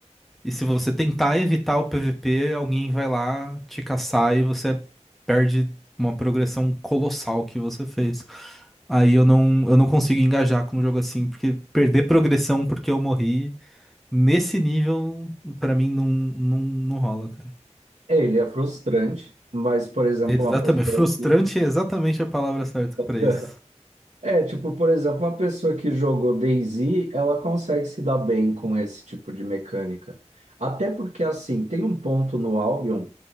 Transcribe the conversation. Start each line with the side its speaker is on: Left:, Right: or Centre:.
Centre: E se você tentar evitar o PVP, alguém vai lá te caçar e você perde uma progressão colossal que você fez. Aí eu não, eu não consigo engajar com um jogo assim, porque perder progressão porque eu morri, nesse nível, pra mim não, não, não rola, cara.
Right: É, ele é frustrante, mas, por exemplo,
Centre: Exatamente.
Right: uma pessoa
Centre: Frustrante
Right: que...
Centre: é exatamente a palavra certa
Right: <laughs>
Centre: pra isso.
Right: É, tipo, por exemplo, uma pessoa que jogou DayZ, ela consegue se dar bem com esse tipo de mecânica. Até porque, assim, tem um ponto no Albion